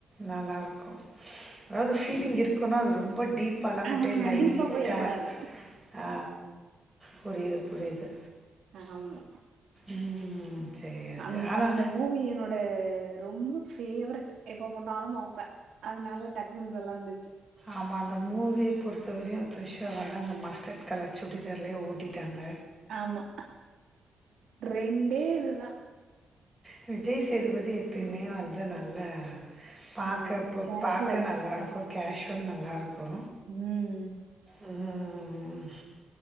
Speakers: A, in the centre; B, on the right.
A: நல்லாருக்கு அதாவது ஃபீலிங் இருக்கனு அது ரொம்ப டீப் பழம்
B: ஆ
A: முட்டைல லைட்டா
B: டீப்பா போயிரக் கூடாது
A: ஆ புரியுது புரியுது
B: ஆமா
A: ம். சரி,
B: அந்
A: சரி. ஆனா
B: அந்த மூவி என்னோ ட ரொம்ப பேவரெட் எப்ப போட்டாலு பாப்பே அதுனால டக்குன்னு சொல்ல வந்துச்சு
A: ஆமா அந்த மூவிய பொறுத்தவரையு த்ரிஷ் வந்து அந்த மஸ்டட் கலர் சுடிதார்லே ஓட்டிட்டாங்க
B: ஆமா ரெண்டே இதுதா
A: விஜய்சே சேதுபதி எப்பயுமே வந்து நல்லா பாக்கப்
B: ஆமா
A: பு
B: கேஷுவல்
A: பாக்க நல்லாருக்கு கேஷுவல் நல்லாருக்கு
B: ம்
A: ம்ம்ம்